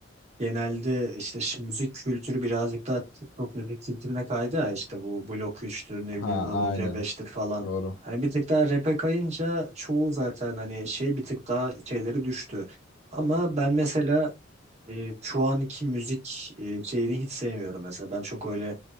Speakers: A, on the right; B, on the left.
A: genelde işte şu müzik kültürü birazcık daha TikTok müzik kültürüne kaydı ya. İşte bu Blok 3'tür ne bileyim
B: Ha
A: Double
B: aynen.
A: C5'tir falan.
B: Doğru.
A: Hani bir tık daha rap'e kayınca çoğu zaten hani şey bir tık daha şeyleri düştü. Ama ben mesela e, şu anki müzik e, şeyini hiç sevmiyorum mesela. Ben çok öyle